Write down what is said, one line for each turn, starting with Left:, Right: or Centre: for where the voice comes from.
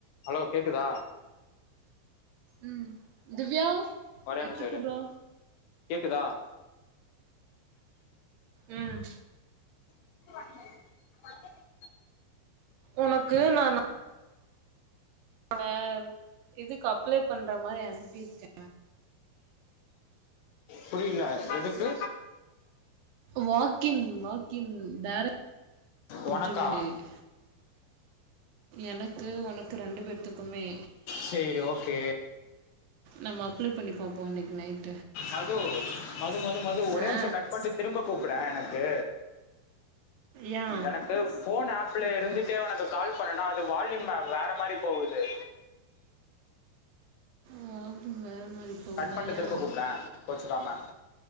Left: hello கேக்குதா
Right: உம் திவ்யா அத
Left: ஒரே
Right: எடுத்து
Left: நிமிஷம்
Right: குட்றா
Left: இரு கேக்குதா
Right: உம்
Left: <inaudible>
Right: உனக்கு நா அவ இதுக்கு அப்ளை பண்ற மாரி அனுப்பிருக்கே
Left: புரியல எதுக்கு
Right: வாட் கின் வாக்கின் டேரக்ட் இன்ட்ரிவியூ
Left: உனக்கா
Right: டேட் எனக்கு ஒனக்கு ரெண்டு பேத்துக்குமே
Left: சேரி ஓகே
Right: நம்ம அப்லே பண்ணி பாப்போ இன்னைக்கு நைட்
Left: மது மது மது மது ஒரே
Right: ஆ
Left: நிம்சோ கட் பண்ட்டு திரும்ப கூப் ப்டே எனக்கு
Right: யா
Left: எனக்கு ஃபோன் ஆப்ல இருந்துட்டே உனக்கு கால் பண்ணனா அது வால்யும்ல வேற மாரி போகுது
Right: வால்யூம் வே ற மாரி போகுதா
Left: கட் பண்ணிட்டு
Right: ஏ
Left: திரும்ப கூப்பிடேன் கோச்சுக்காம